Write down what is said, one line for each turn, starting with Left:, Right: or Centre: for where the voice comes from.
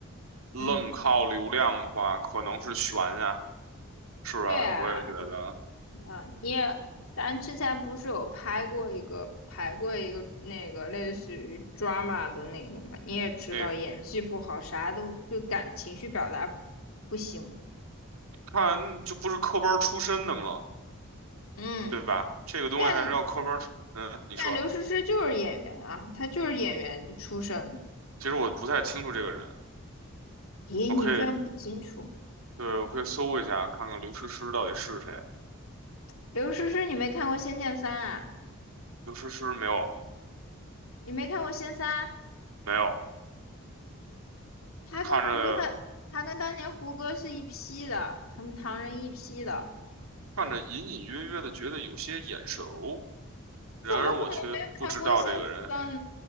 Right: 愣靠流量的话，
Left: 嗯，
Right: 可能是悬呀，是吧？
Left: 对啊。
Right: 我也觉得，
Left: 那你也，咱之前不是有拍过一个排过一个那个类似于 drama 的那个嘛？你也知道演技不好，
Right: 那
Left: 啥都就感情绪表达不行。
Right: 看就不是科班儿出身的嘛，
Left: 嗯，
Right: 对吧？这个东西还是要科班儿出嗯，
Left: 但
Right: 你说，
Left: 但刘诗诗就是演员啊，她就是演员出身。
Right: 其实我不太清楚这个人，
Left: 咦，
Right: 我可以，
Left: 你居然不清楚？
Right: 对，我可以搜一下，看看刘诗诗到底是谁。
Left: 刘诗诗，你没看过《仙剑三》啊？
Right: 刘诗诗没有，
Left: 你没看过《仙三》？
Right: 没有，
Left: 她跟胡她她跟当年胡歌是一批的，
Right: 看着
Left: 他们唐人一批的，
Right: 看着隐隐约约的觉得有些眼熟，然而我却不知道这个人，
Left: 怎么可能没看过《仙三》？